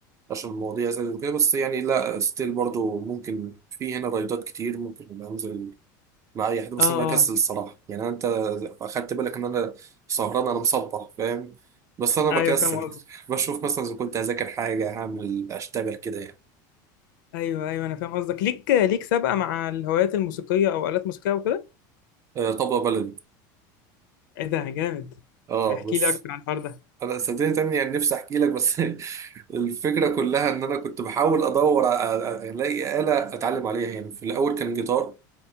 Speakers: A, on the right (about 30°); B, on the left (about 85°).
A: عشان المواضيع زادت وكده بس يعني لا ستيل برضو ممكن في هنا رايدات كتير ممكن انزل مع اي حد بس
B: اه اه
A: انا بكسل الصراحه يعني انت اخدت بالك ان انا سهران انا مصبح فاهم بس انا بكسل
B: ايوه فاهم
A: <laughs> بشوف مثلا اذا كنت هذاكر حاجه هعمل اشتغل كده يعني
B: ايوه ايوه انا فاهم قصدك ليك ليك سابقه مع الهوايات الموسيقيه او الات موسيقيه وكده
A: آه طبق بلدي
B: ايه ده جامد
A: اه
B: احكي
A: بس
B: لي اكتر عن الحوار ده
A: انا صدقني تاني يعني نفسي احكي لك بس <laughs> الفكره كلها ان انا كنت بحاول ادور على- على- الاقي آلة اتعلم عليها يعني في الاول كان جيتار